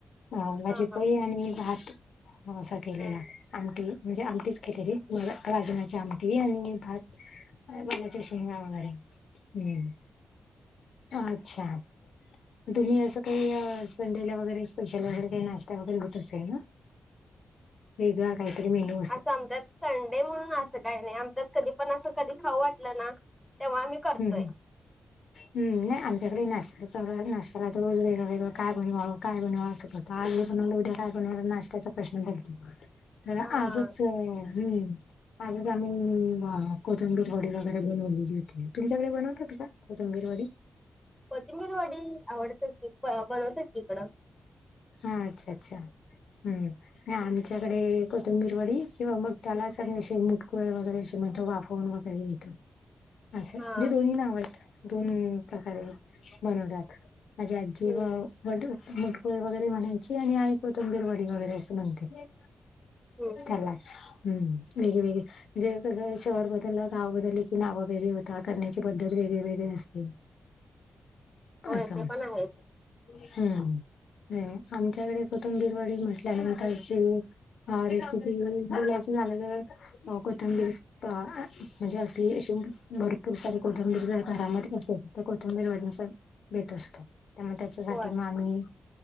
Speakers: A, on the left; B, in the centre.
A: अ भाजी,
B: हा हा
A: पोळी आणि भात असा केलेला.
B: हम्म
A: आमटी म्हणजे आमटीच केलेली मग राजमाची आमटी आणि भात काय वालाच्या शेंगा वगैरे हम्म, अच्छा तुम्ही असं काही संडेला वगैरे स्पेशल वगैरे काही नाश्ता वगैरे होत असेल ना. वेगळा काहीतरी मेनू
B: असं आमच्यात संडे म्हणून असं काही नाही आमच्यात कधी पण असं कधी खाऊ वाटलं ना तेव्हा आम्ही करतोय
A: हम्म. हम्म नाही आमच्याकडे नाश्ता चालू राहतो, नाश्त्याला तर रोज वेगवेगळं काय बनवावं? काय बनवावा? असा सगळा आज हे बनवला, उद्या काय बनवणार नाशत्याचा प्रश्न पडतो. तर
B: हा
A: आजच हम्म. आजच आम्ही कोथंबिर वडी वगैरे बनवलेली. तुमच्याकडे बनवता का कोथिंबीर वडी?
B: कोथिंबीर वडी आवडतात की, बनवतात की इकडं.
A: हा, अच्छा अच्छा हम्म आमच्याकडे कोथंबीर वडी किंवा मग त्यालाच शेंग मुटकुळे वगैरे असे म्हणजे वाफवून व गैरे घेतो. असं म्हणजे
B: हा
A: दोन्ही नाव आहेत, दोन प्रकारे बनवलं जातं. माजी आजीव
B: हम्म
A: वडु मुटकुळे वगैरे म्हणायची आणि आई कोथंबीरवडी वगैरे असं म्हणते.
B: हम्म
A: त्यालाच हम्म वेगळे वेगळे म्हणजे कसं शहर बदललं, गाव बदलली की, नावं वेगळी होतात, करण्याची पद्धत वेगळी वेगळी असते.
B: होय,
A: असं
B: ते पण आहेच.
A: हम्म आमच्याकडे कोथंबीरवडी म्हटल्या नंतर शेंग ह रेसिपी बोलायचं झालं तर कोथंबीर म्हणजे असली, अशी भरपूर सारी कोथंबीर जर घरामध्ये असेल तर कोथंबीर वडी असं बेत असतो, त्यामुळे त्याच्यासाठी
B: होय
A: मग आम्ही